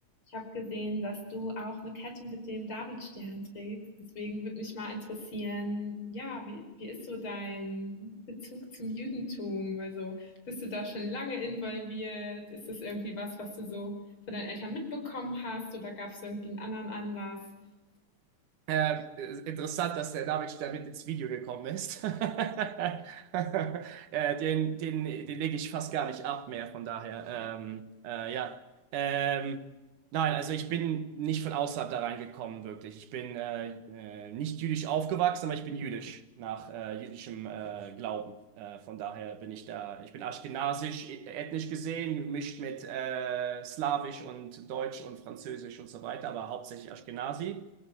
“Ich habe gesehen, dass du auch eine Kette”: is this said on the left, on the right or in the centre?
Left